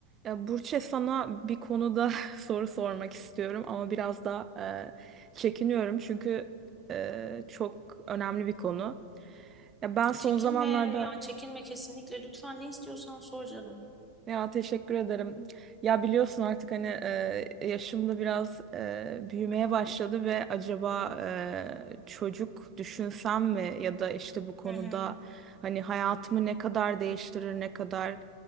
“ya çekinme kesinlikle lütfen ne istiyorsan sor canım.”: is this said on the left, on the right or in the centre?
Centre